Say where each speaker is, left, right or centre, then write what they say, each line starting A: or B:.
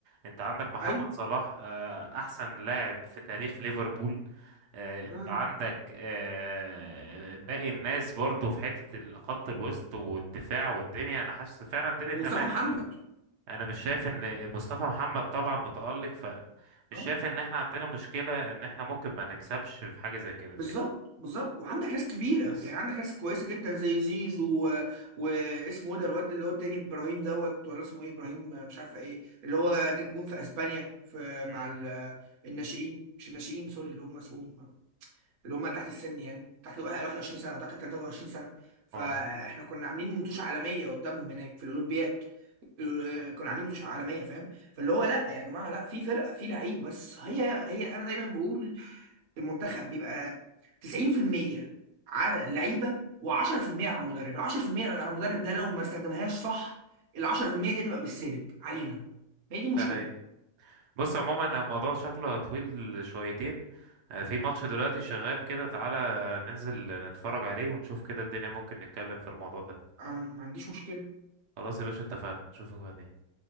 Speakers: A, on the right; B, on the right.
A: انت عندك محمد
B: ايوه
A: صلاح آه، احسن لاعب في تاريخ ليفربول آه، انت
B: آه.
A: عندك آه، باقي الناس برضو في حته الخط الوسط والدفاع والدنيا انا حاسس فعلا الدنيا
B: ومصطفى
A: تمام
B: محمد
A: يعني انا مش شايف ان مصطفى محمد طبعا متالق ف مش
B: آه.
A: شايف ان احنا عندنا مشكله ان احنا ممكن ما نكسبش في حاجه زي كده
B: بالظبط
A: فاهم
B: بالظبط وعندك ناس كبيره
A: بس
B: يعني عندك ناس كويسه جدا زي زيزو و... واسمه ايه ده الواد اللي هو التاني ابراهيم دوت ولا اسمه ايه ابراهيم آه، مش عارفه ايه اللي هو جاب جون في اسبانيا في
A: م-
B: مع ال...
A: م.
B: الناشئين مش الناشئين سوري اللي هم اسمهم اللي هم تحت السن يعني تحت 21 سنه او تحت 23 سنه فاحنا
A: اه
B: كنا عاملين متوشه عالميه قدامهم هناك في الاولمبياد ال- آه، كنا عاملين متوشه عالميه فاهم فاللي هو لا يعني يا جماعه لا في فرقه في لعيب بس هي هي انا دايما بقول المنتخب بيبقى 90% على اللعيبه و10% على المدرب ال 10% على المدرب ده لو ما استخدمهاش صح ال 10% دي هتبقى بالسالب علينا هي دي مشكله
A: ده هي بص عموما الموضوع شكله طويل شويتين آه، في ماتش دلوقتي شغال كده تعالى ننزل نتفرج عليه ونشوف كده الدنيا ممكن نتكلم في الموضوع ده
B: انا ما عنديش مشكله
A: خلاص يا باشا اتفقنا اشوفك بعدين